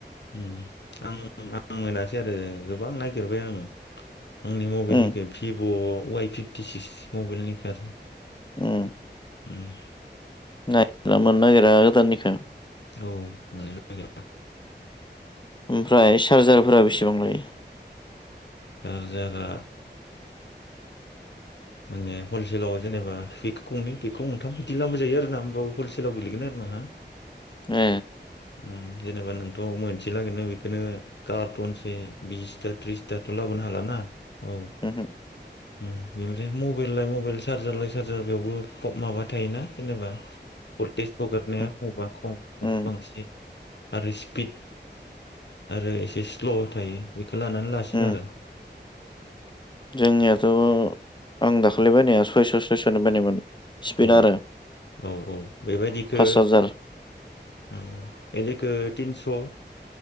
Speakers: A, on the left (about 70°); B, on the left (about 25°).
A: उम आं आं मोनासै आरो गोबां नागिरबाय आं। आंनि मबाइलनिखो
B: उम
A: भिभ'। वाइ फिफ्टि सिक्स मबाइलनि खारो।
B: उम।
A: उम।
B: नागिरना मोननो नागिरा गोदाननिखौ।
A: औ मोननो नागिरा।
B: ओमफ्राय चार्जारफोरा बेसेबां लायो?
A: चार्जारा। माने हलसेलाव जेनेबा हेख खंनि बेगखौ गंथाम बिदि लाबोजायो आरोना होमबाबो हलसेलाव गोलैगोन आरो नोंहा।
B: ओ
A: उम जेनेबा नोंथ' मोनसेलागैनो बेखौनो कार्टन से बिस था‌ थ्रिसथा थ' लाबोनो हाला ना औ
B: उमहो
A: उम बिनिफ्राय मबाइल लाय मबाइल सार्जार लाइ सार्जार बेयावबो फ माबा थायोना जेनेबा थेस हगारनाया
B: उम
A: बबबा खम बबबा
B: उम
A: बांसिन आरो सिपिद आरो एसे स्ल' थायो बेखौ लानानै लासिन
B: उम
A: आरो।
B: जोंनियाथ' आं दाखालै बायनाया सयस' सयस' आनो बायनायमोन। स्पिड
A: औ
B: आरो
A: औ औ बेबायदिखो
B: पास हाजार
A: उम इदोखो‌ थिनस खौ